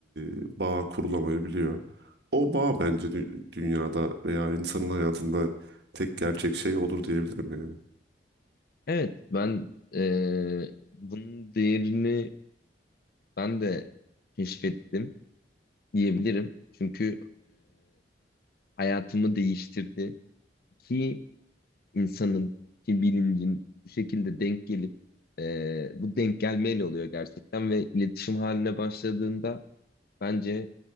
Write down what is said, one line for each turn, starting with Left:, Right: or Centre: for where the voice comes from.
Right: eee, bağ kurulamayabiliyor. O bağ bence dü- dünyada veya insanın hayatında tek gerçek şey odur diyebilirim yani.
Left: Evet, ben e, bunun değerini ben de keşfettim diyebilirim. Çünkü hayatımı değiştirdi. Ki insanın, ki bilincin bu şekilde denk gelip e, bu denk gelmeyle oluyor gerçekten ve iletişim haline başladığında bence